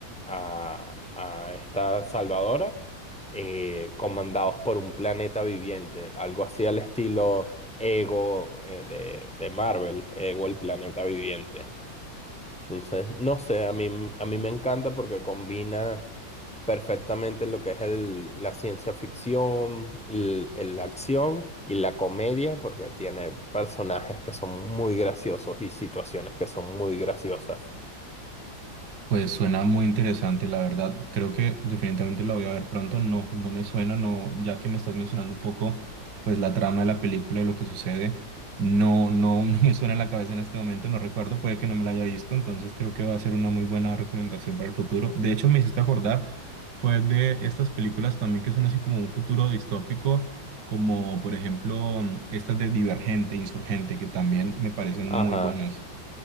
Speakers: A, in the centre; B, on the right.
A: a, a esta salvadora, eh, comandados por un planeta viviente, algo así al estilo Ego, eh, de, de Marvel, Ego el planeta viviente. Entonces, no sé, a mí, a mí me encanta porque combina perfectamente lo que es el, la ciencia ficción, l- el- la acción y la comedia, porque tiene personajes que son muy graciosos y situaciones que son muy graciosas.
B: Pues suena muy interesante, la verdad. Creo que definitivamente la voy a ver pronto. No, no me suena, no, ya que me estás mencionando un poco, pues la trama de la película y lo que sucede, no, no, <laughs> no me suena en la cabeza en este momento, no recuerdo, puede que no me la haya visto, entonces creo que va a ser una muy buena recomendación para el futuro. De hecho, me hiciste acordar, fue de estas películas también que son así como un futuro distópico, como por ejemplo estas de Divergente, Insurgente, que también me parecen
A: Ajá,
B: muy buenas.